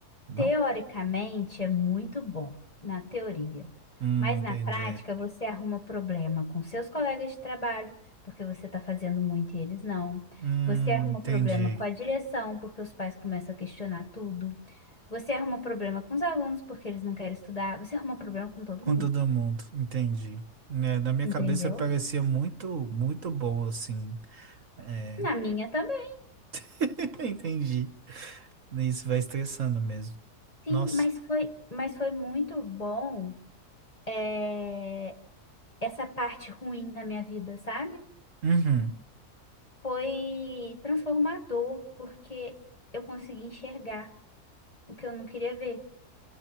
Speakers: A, on the right; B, on the left.
A: não?
B: Teoricamente é muito bom, na teoria.
A: Hum,
B: Mas
A: entendi.
B: na prática você arruma problema com seus colegas de trabalho, porque você está fazendo muito e eles não.
A: Hum,
B: Você arruma
A: entendi.
B: problema com a direção, porque os pais começam a questionar tudo. Você arruma problema com os alunos, porque eles não querem estudar. Você arruma problema com todo
A: Com
B: mundo.
A: todo mundo, entendi. Né, na minha
B: Entendeu?
A: cabeça parecia muito, muito bom, assim. É,
B: Na minha também,
A: <laughs> Entendi. Isso vai estressando mesmo.
B: sim,
A: Nossa.
B: mas foi, mas foi muito bom é, essa parte ruim da minha vida, sabe?
A: Uhum.
B: Foi transformador, porque eu consegui enxergar o que eu não queria ver.